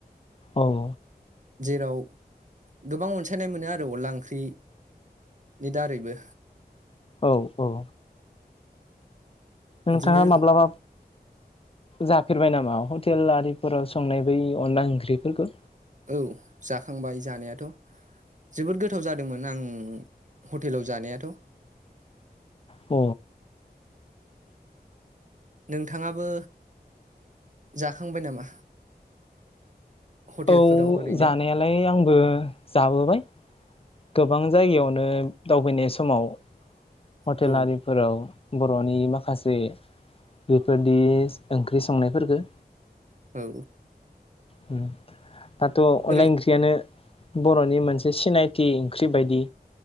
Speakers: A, on the left (about 35°); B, on the right (about 50°).
A: औ औ
B: जेराव गोबां अनसायनाय मोनो आरो अनला ओंख्रि नि दारैबो
A: औ औ
B: बिदिनो
A: नोंथाङा माब्लाबा जाफेरबाय नामा हटेल आरिफोराव संनाय बै अनला ओंख्रिफोरखौ?
B: औ जाखांबाय जानायाथ'। जोबोद गोथाव जादोंमोन आं हटेलाव जानायाथ'।
A: अ।
B: नोंथाङाबो जाखांबाय नामा? हटेलफोराव
A: औ
B: ओरैनो
A: जानायालाय आंबो जाबोबाय। गोबां जायगायावनो दावबायनाय समाव हटेल
B: औ
A: आरिफोराव बर'नि माखासे बेफोरदि ओंख्रि संनायफोरफोरखौ।
B: औ।
A: हुम। दाथ'
B: ओरै
A: अनला ओंख्रियानो बर'नि मोनसे सिनायथि ओंख्रि बायदि